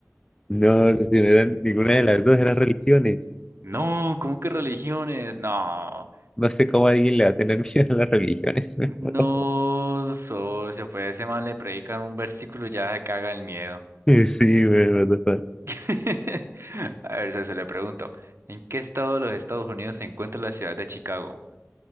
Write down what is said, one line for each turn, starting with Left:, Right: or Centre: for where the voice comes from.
Left: No, no, si no eran ninguna de las dos, eran religiones.
Right: No, ¿cómo que religiones? No,
Left: No sé cómo alguien le va a tener <laughs> miedo a las religiones. <laughs> me
Right: no,
Left: mató.
Right: socio, pues ese man le predican un versículo y ya se caga el miedo.
Left: Sí, güey, what the fuck.
Right: <laughs> A ver, socio, le pregunto, ¿en qué estado de los Estados Unidos se encuentra la ciudad de Chicago?